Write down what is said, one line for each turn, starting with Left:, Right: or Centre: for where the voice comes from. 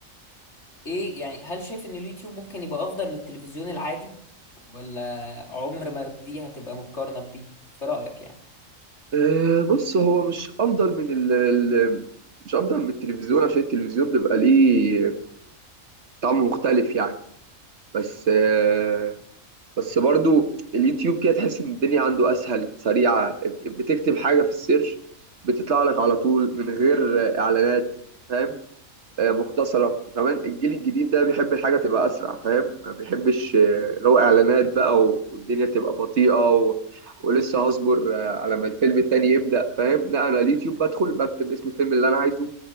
Left: ايه يعني هل شايف ان اليوتيوب ممكن يبقى افضل من التلفزيون العادي ولا عمر ما دي هتبقى مقارنة بدي في رأيك يعني
Right: أه بص هو مش افضل من ال ال- مش افضل من التلفزيون عشان التلفزيون بيبقى ليه طعم مختلف يعني بس أه بس برضو اليوتيوب كده تحس ان الدنيا عنده اسهل سريعه بتكتب حاجه في السيرش بتطلع لك على طول من غير اعلانات فاهم آه، مختصرة وكمان الجيل الجديد ده بيحب الحاجة تبقى أسرع فاهم ما بيحبش آه، اللي هو إعلانات بقى و- والدنيا تبقى بطيئة و... ولسه هصبر آه، على ما الفيلم التاني يبدأ فاهم لا أنا اليوتيوب بدخل بكتب اسم الفيلم اللي أنا عايزه